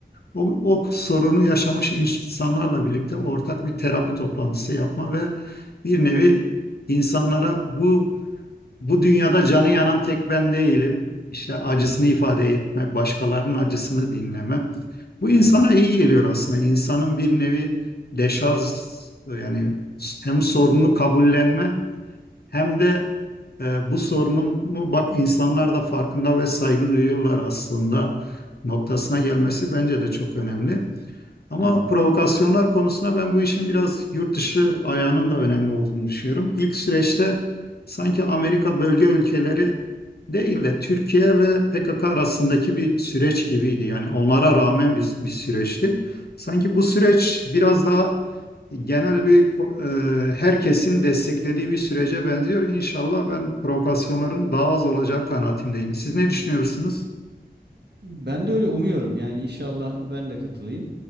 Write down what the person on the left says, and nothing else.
O, o sorunu yaşamış insanlarla birlikte ortak bir terapi toplantısı yapma ve bir nevi insanlara bu bu dünyada canı yanan tek ben değilim. İşte acısını ifade etme, başkalarının acısını dinleme. Bu insana
iyi geliyor aslında. İnsanın bir nevi deşarj yani hem sorunu kabullenme hem de e, bu sorunumu bak insanlar da farkında ve saygı duyuyorlar aslında noktasına gelmesi bence de çok önemli. Ama
provokasyonlar konusuna ben bu işin biraz yurt dışı ayağının da önemli olduğunu düşünüyorum. İlk süreçte sanki Amerika bölge ülkeleri değil de Türkiye ve PKK arasındaki bir süreç gibiydi. Yani onlara rağmen bir, bir süreçti. Sanki bu süreç biraz daha genel bir ko- e, herkesin desteklediği bir sürece benziyor. İnşallah ben provokasyonların daha az olacağı kanaatindeyim. Siz ne düşünüyorsunuz?